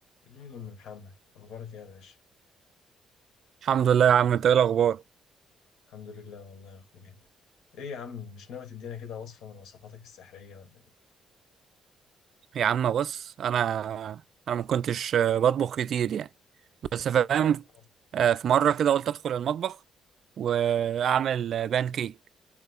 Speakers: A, on the left; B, on the right.
A: أمم، محمد أخبارك إيه يا باشا؟
B: الحمد لله يا عم انت ايه الاخبار
A: الحمد لله والله يا أخويا إيه يا عم مش ناوي تدينا كده وصفة من وصفاتك السحرية ولا إيه؟
B: يا عم بص انا انا ما كنتش آه، بطبخ كتير يعني بس فاهم
A: آه،
B: آه، في مره كده قلت ادخل المطبخ واعمل آه، بان كيك